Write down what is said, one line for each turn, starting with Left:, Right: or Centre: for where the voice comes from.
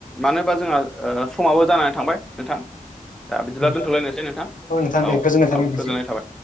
Centre: मानो होनोबा जोंहा समावबो जानानै थांबाय नोंथां दा बिदिब्ला
Left: दे
Centre: दोनथ'लायनोसै नोंथां
Left: नोंथां
Centre: औ
Left: दे गोजोननाय थाबाय
Centre: औ
Left: नोंथांसिम
Centre: गोजोननाय थाबाय